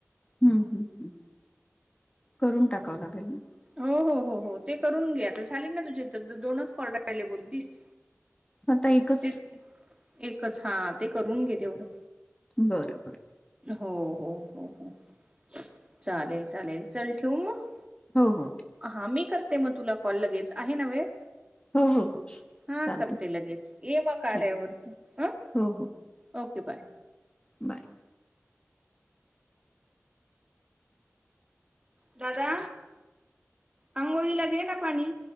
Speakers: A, on the left; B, on the right.
A: हम्म हम्म हम्म, करून टाकावं लागेल मग
B: हो-हो-हो-हो, ते करून घ्या आता झाले ना तुझे तर दोनच कॉल राहिले ना बोलतीस.
A: आता एकस.
B: ते एकच हा ते करून घे तेवढं.
A: बर-बरं.
B: हो-हो-हो-हो, चालेल - चालेल चल ठेऊ मग
A: हो-हो.
B: हा मी करते मग तुला कॉल लगेच, आहे ना वेळ?
A: हो हो
B: हा
A: चालते
B: करते लगेच ये मग कार्यावर
A: ठीक
B: तु हं.
A: हो हो
B: ओके बाय.
A: बाय.
B: दादा! आंघोळीला घे ना पाणी.